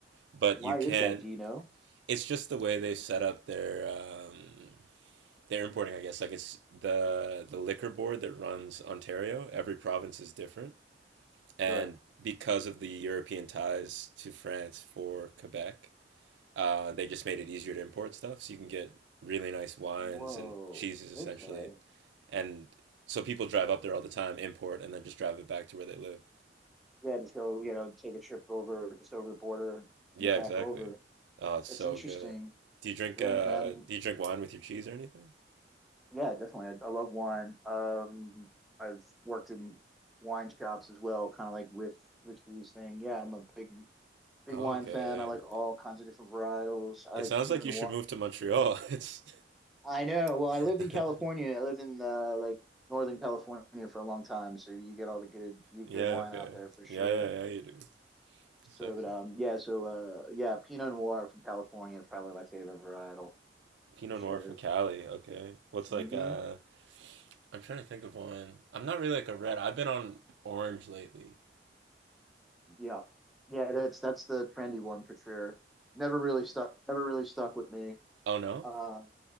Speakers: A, on the right; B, in the centre.
A: But
B: Why
A: you can.
B: is that? Do you know?
A: It's just the way they set up their um, their importing, I guess. Like it's the the liquor board that runs Ontario. Every province is different, and
B: Sure.
A: because of the European ties to France for Quebec. Uh, they just made it easier to import stuff, so you can get really nice wines
B: Whoa.
A: and cheeses essentially.
B: Okay.
A: And so people drive up there all the time, import, and then just drive it back to where they live.
B: Yeah, just go. You know, take a trip over, just over the border,
A: Yeah,
B: bring it back
A: exactly.
B: over.
A: Oh, it's
B: That's
A: so
B: interesting.
A: good. Do you drink
B: Yeah,
A: uh
B: man.
A: do you drink wine with your cheese or anything?
B: Yeah, definitely. I, I love wine. Um, I've worked in wine shops as well, kind of like with Rich Lou's thing. Yeah, I'm a big, big
A: Okay.
B: wine fan. I like all kinds of different varietals. I
A: It
B: like
A: sounds
B: Pinot
A: like you
B: Noir.
A: should move to Montreal. <laughs> It's
B: I know. Well,
A: <laughs>
B: I lived in California. I lived in uh, like Northern California for a long time, so you get all the good, the
A: Yeah,
B: good wine
A: okay.
B: out there for sure.
A: Yeah, yeah, yeah, you do. Sexy.
B: So, but um, yeah. So, uh, yeah, Pinot Noir from California, probably my favorite varietal
A: Pinot
B: for sure.
A: Noir from Cali, okay. What's like
B: Mm-hmm.
A: uh I'm trying to think of one. I'm not really like a red. I've been on orange lately.
B: Yeah. Yeah, that's that's the trendy one for sure. Never really stuck never really stuck with me.
A: Oh no?
B: Uh